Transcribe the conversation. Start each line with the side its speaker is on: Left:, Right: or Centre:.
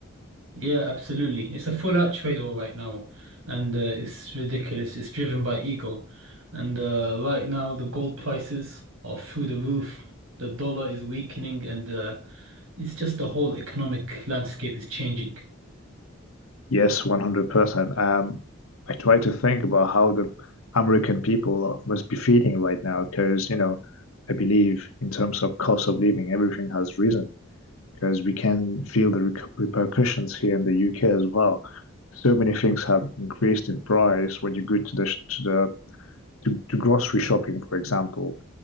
Right: Yeah, absolutely. It's a full-out trade war right now, and uh, it's ridiculous. It's driven by ego. And uh, right now, the gold prices are through the roof. The dollar is weakening, and uh, it's just the whole economic landscape is changing.
Left: Yes, 100%. Um, I try to think about how the American people must be feeling right now because, you know, I believe in terms of cost of living, everything has risen because we can feel the rec repercussions here in the UK as well so many things have increased in price when you go to the sh- to the to, to grocery shopping, for example,